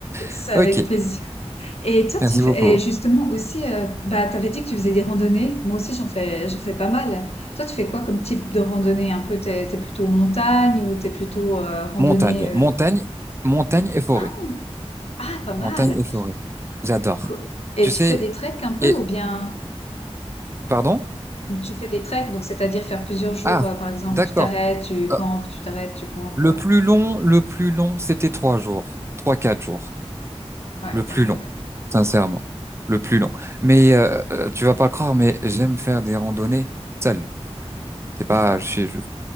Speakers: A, on the left; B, on the right.
A: c'est
B: <laughs>
A: avec
B: Ok,
A: plaisir. Et toi,
B: merci
A: tu fais,
B: beaucoup.
A: et justement aussi, euh, bah, t'avais dit que tu faisais des randonnées. Moi aussi, j'en fais, j'en fais pas mal. Toi, tu fais quoi comme type de randonnée? Un peu, t'es, t'es plutôt montagne ou t'es plutôt, euh, randonnée,
B: Montagne,
A: euh,
B: montagne, montagne et forêt.
A: hein? Ah, pas mal.
B: Montagne et forêt. J'adore.
A: Cou- Et
B: Tu
A: tu
B: sais,
A: fais des treks un peu
B: et,
A: ou bien
B: pardon?
A: Mm. Tu fais des treks, donc c'est-à-dire faire plusieurs jours,
B: Ah,
A: euh, par exemple,
B: d'accord.
A: tu t'arrêtes, tu campes,
B: Euh,
A: tu t'arrêtes, tu campes.
B: le
A: euh,
B: plus long, le plus long, c'était trois jours. Trois, quatre jours.
A: Ouais,
B: Le plus
A: pareil,
B: long.
A: ouais.
B: Sincèrement. Le plus long. Mais, euh, euh, tu vas pas le croire, mais j'aime faire des randonnées seul. C'est pas,
A: <laughs>
B: je suis, je,